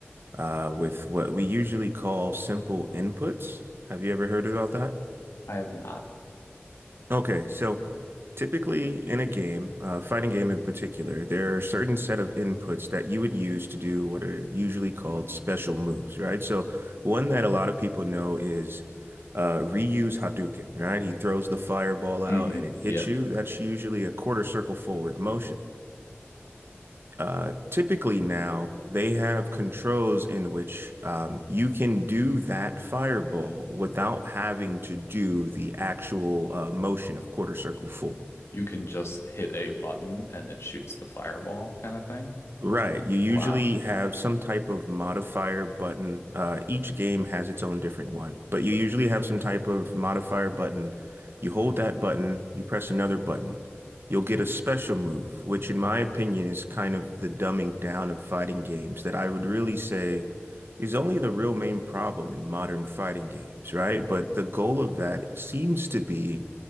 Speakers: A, on the right; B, on the left.
A: uh, with what we usually call simple inputs. Have you ever heard about that?
B: I have not.
A: Okay, so typically in a game, uh, fighting game in particular, there are certain set of inputs that you would use to do what are usually called special moves, right? So one that a lot of people know is uh, Ryu's Hadouken, right? He throws the fireball out
B: hmm
A: and it hits
B: Yep.
A: you. That's usually a quarter circle forward motion. Uh, typically now they have controls in which um, you can do that fireball without having to do the actual uh, motion of quarter circle forward.
B: you can just hit a button and it shoots the fireball kind of thing.
A: Right. You usually
B: Wow.
A: have some type of modifier button. Uh, each game has its own different one, but you usually have some type of modifier button. You hold that button, you press another button. You'll get a special move, which in my opinion is kind of the dumbing down of fighting games that I would really say is only the real main problem in modern fighting games, right? But the goal of that seems to be